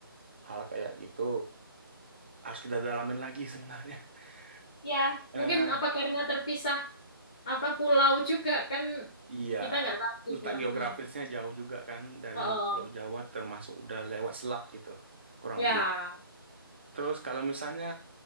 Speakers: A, on the right; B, on the left.
A: hal kayak gitu harus kita dalamin lagi sebenarnya <laughs>
B: Ya,
A: Eh,
B: Mungkin apa karena terpisah apa pulau juga kan
A: iya
B: kita nggak tahu juga.
A: letak geografisnya
B: Mm.
A: jauh juga kan dari
B: Oh,
A: Pulau Jawa termasuk udah lewat selat gitu kurang
B: ya
A: lebih Terus kalau misalnya